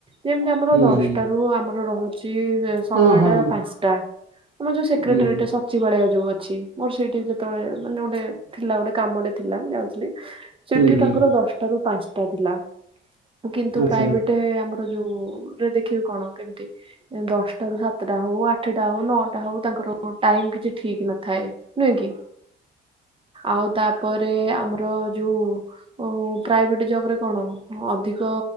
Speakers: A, on the right; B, on the right.
A: ଯେମିତି ଆମର
B: ହୁଁ
A: ଦଶଟାରୁ
B: ହୁଁ
A: ଆମର ରହୁଛି ସମୟଟା
B: ହଁ ହଁ
A: ପାଞ୍ଚଟା ଆମର ଯୋଉ ସେକ୍ରଟାର
B: ହୁଁ
A: ସଚିବାଳିଆ ଯୋଉ ଅଛି ମୋର ସେଇଠି ଯେତେବେଳେ ମାନେ ଗୋଟେ ଥିଲା ଗୋଟେ କାମଟେ ଥିଲା ମୁଁ ଯାଉଥିଲି ସେଠି
B: ହୁଁ ହୁଁ
A: ତାଙ୍କର ଦଶଟା ରୁ ପାଞ୍ଚଟା ଥିଲା କିନ୍ତୁ
B: ଆଚ୍ଛା।
A: ପ୍ରାଇଭେଟ ଗଟେ ଆମର ଯୋଉରେ ଦେଖିବେ କଣ କେମିତି ଦଶଟା ରୁ ସାତଟା ହଉ ଆଠ ଆଠଟା ହଉ ନଅଟା ହଉ ତାଙ୍କର କ ଟାଇମ୍ କିଛି ଠିକ ନଥାଏ ନୁହେଁ କି ଆଉ ତାପରେ ଆମର ଯୋଉ ପ୍ରାଇଭେଟ ଜବ ରେ କଣ ଅଧିକ